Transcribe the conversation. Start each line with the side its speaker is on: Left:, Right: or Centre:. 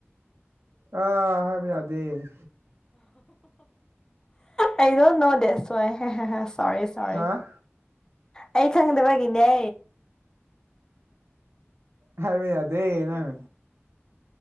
Right: ꯑꯥ ꯌꯥꯗꯦ
Left: ꯑꯩꯩꯗꯣ ꯅꯣ ꯗꯦꯁ ꯁꯋꯥꯢ ꯁꯣꯔꯤ ꯁꯣꯔꯤ
Right: ꯍꯥ
Left: ꯑꯩ ꯈꯪꯗꯕꯒꯤꯅꯦ
Right: ꯍꯥꯏꯕ ꯌꯥꯗꯦ ꯅꯪ